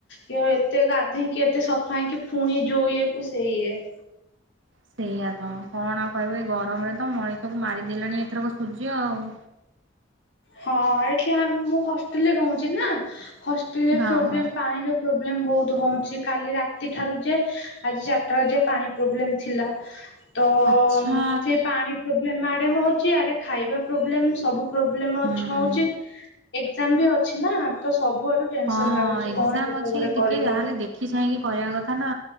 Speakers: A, on the left (about 65°); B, on the right (about 80°).
A: କି ଏତେ ଗାଧେଇଁକି ଏତେ ସଫା ହେଇଁକି ପୁଣି ଜୋଉ ଈଏକୁ ସେଇ ଇଏ।
B: ସେଇଆତ କଣ ଆଉ କହିବୁ ଏ ଗରମରେ ତ ମଣିଷକୁ ମାରିଦେଲାଣି ଏଥରକ ସୂର୍ଯ୍ୟ ଆଉ।
A: ହଁ ଏଠି ଆ ମୁଁ ହଷ୍ଟେଲରେ ରହୁଚି ନା ହସ୍‌ ତିଳେ
B: ହଁ
A: ପ୍ରୋବ୍ଲେମ୍
B: ହଁ
A: ପାଣିର ପ୍ରୋବ୍ଲେମ୍ ବହୁତ ହୋଉଁଛି କାଲି ରାତିଠାରୁ ଯେ ଆଜି ଚାରିଟା ର ଯାଏଁ ପାଣି ପ୍ରୋବ୍ଲେମ ଥିଲା ତ-ଅ-ଅ-ଅ-ମ୍
B: ଆଚ୍ଛା
A: ସେ ପାଣି ପ୍ରୋବଲେମ୍ ଆଡେ ହଉଛି ଆଡେ ଖାଇବା ପ୍ରୋବ୍ଲେମ ସବୁ ପ୍ରୋବ୍ଲେମ୍ ଅଛ
B: ହୁଁ।
A: ହଉଚି। ଏକ୍ଜାମ ବି ଅଛି ନା ତ ସବୁଆଡୁ ଟେନସନ
B: ହଁ-ଅ-ଅ-ଅ
A: ଲାଗୁଛି
B: ଏକ୍ଜାମ
A: କଣ କେତେ
B: ଅଛି
A: ଗୁଡେ
B: ଏଇ ଟିକେ
A: କରିବ।
B: ଯାହାହେଲେ ଦେଖ୍ କି ଚାହିଁକି କରିଆ କଥା ନା